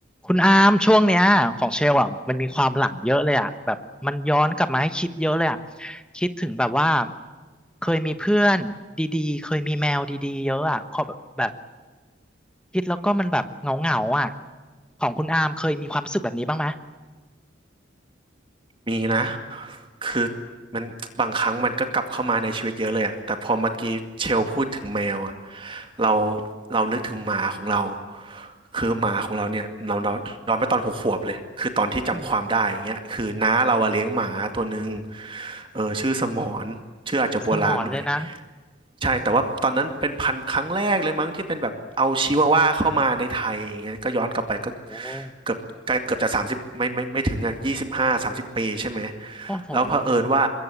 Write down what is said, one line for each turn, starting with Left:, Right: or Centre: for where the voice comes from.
Centre: คุณอามช่วงเนี้ยของเชลอ่ะมันมีความหลังเยอะเลยอ่ะแบบมันย้อนกลับมาให้คิดเยอะเลยอ่ะคิดถึงแบบว่าเคยมีเพื่อนดีๆเคยมีแมวดีๆเยอะอ่ะขอแบบแบบคิดแล้วก็มันแบบเหงาๆอ่ะของคุณอามเคยมีความรู้สึกแบบนี้บ้างไหม
Right: มีนะคือมันบางครั้งมันก็กลับเข้ามาในชีวิตเยอะเลยอะแต่พอเมื่อกี้เชลพูดถึงแมวอะเราเรานึกถึงหมาของเราคือหมาของเราเนี่ยเราเราย้อนไปตอนหกขวบเลยคือตอนที่จำความได้อย่างเงี้ยคือน้าเราอะเลี้ยงหมาตัวหนึ่ง
Centre: อืม
Right: เออชื่อสมอนชื่ออาจจะโบราณหน่อย
Centre: สมอนเลยนะ
Right: ใช่ แต่ว่าตอนนั้นเป็นพันธุ์ครั้งแรกเลยมั้งที่เป็นแบบเอาชิวาว่าเข้ามาในไทยอย่างเงี้ยก็ย้อนกลับไปก็
Centre: โอ้โห
Right: เกือบใกล้เกือบจะสามสิบไม่ไม่ไม่ถึงอ่ะยี่สิบห้าสามสิบปีใช่ไหม
Centre: โอ้โหเออเออ
Right: แล้วเผอิญว่า